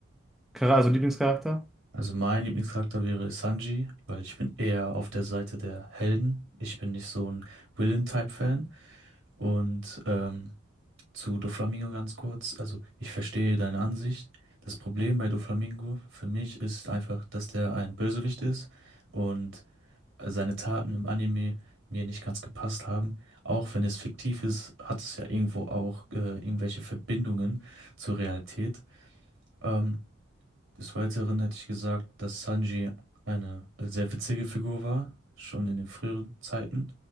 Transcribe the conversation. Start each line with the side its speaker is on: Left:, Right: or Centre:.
Centre: Charakter, also Lieblingscharakter?
Right: Also, mein Lieblingscharakter wäre Sanji, weil ich bin eher auf der Seite der Helden. Ich bin nicht so ein Villain-Type-Fan. Und ähm, zu Doflamingo ganz kurz. Also, ich verstehe deine Ansicht. Das Problem bei Doflamingo für mich ist einfach, dass der ein Bösewicht ist. Und seine Taten im Anime mir nicht ganz gepasst haben. Auch wenn es fiktiv ist, hat es ja irgendwo auch äh, irgendwelche Verbindungen zur Realität. Ähm, des Weiteren hätte ich gesagt, dass Sanji eine äh, sehr witzige Figur war, schon in den früheren Zeiten